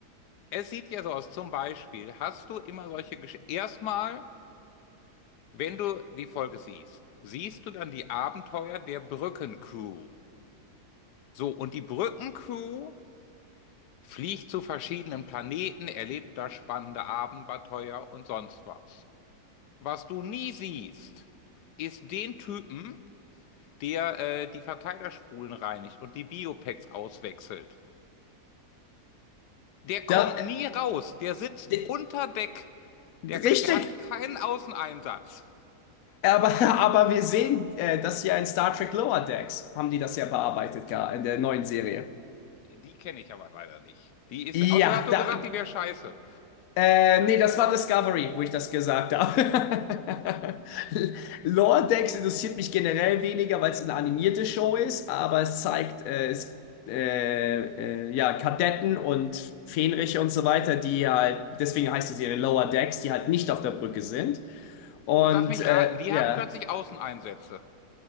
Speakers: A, on the left; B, on the left.
A: es sieht ja so aus, zum Beispiel, hast du immer solche Geschichten. Erstmal, wenn du die Folge siehst, siehst du dann die Abenteuer der Brückencrew. So, und die Brückencrew fliegt zu verschiedenen Planeten, erlebt da spannende Abenteuer und sonst was. Was du nie siehst, ist den Typen, der äh, die Verteilerspulen reinigt und die Biopacks auswechselt. Der kommt
B: Da,
A: nie raus. Der sitzt
B: d-
A: unter Deck. Der, der
B: richtig,
A: hat keinen Außeneinsatz.
B: aber, <laughs> aber wir sehen äh, das ja in Star Trek Lower Decks, haben die das ja bearbeitet, gar in der neuen Serie.
A: Die kenne ich aber leider nicht. Die ist,
B: Ja,
A: außerdem hast du
B: da.
A: gesagt, die wäre scheiße.
B: Äh, nee, das war Discovery, wo ich das gesagt habe. <laughs> Lower decks interessiert mich generell weniger, weil es eine animierte Show ist, aber es zeigt äh, es, äh, äh, ja, Kadetten und Fähnriche und so weiter, die ja halt, deswegen heißt die Serie Lower Decks, die halt nicht auf der Brücke sind. Und
A: Und lass mich
B: äh,
A: raten, die
B: ja,
A: haben plötzlich Außeneinsätze.